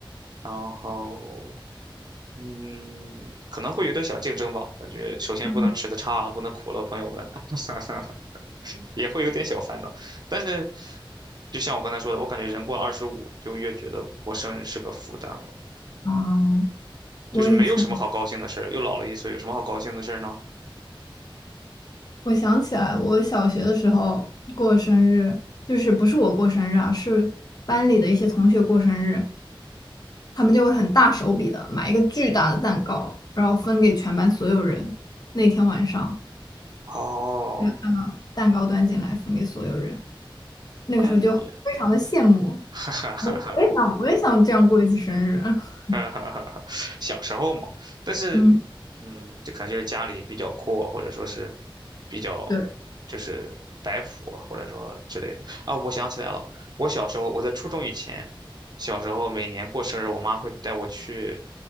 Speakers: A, on the right; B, on the left.
A: 然后，嗯，可能会有点小竞争吧，感觉首先不能吃的差了，
B: 嗯。
A: 不能苦了朋友们，<laughs> 也会有点小烦恼。但是，就像我刚才说的，我感觉人过了二十五，就越觉得过生日是个负担了。
B: 嗯，我以前，
A: 就是没有什么好高兴的事儿，又老了一岁，有什么好高兴的事儿呢？
B: 我想起来，我小学的时候过生日，就是不是我过生日啊，是班里的一些同学过生日，他们就会很大手笔的买一个巨大的蛋糕，然后分给全班所有人。那天晚上，
A: 哦，
B: 嗯，嗯蛋糕端进来分给所有人，那个时候就非常的羡慕，
A: 那也，<laughs> 哈哈哈
B: 我我也想，我也想这样过一次生日。<laughs>
A: 哈哈哈，小时候嘛。但是，
B: 嗯，
A: 嗯，这可能就是家里比较阔，或者说是比较
B: 对，
A: 就是摆谱，或者说之类的啊。我想起来了，我小时候我在初中以前，小时候每年过生日，我妈会带我去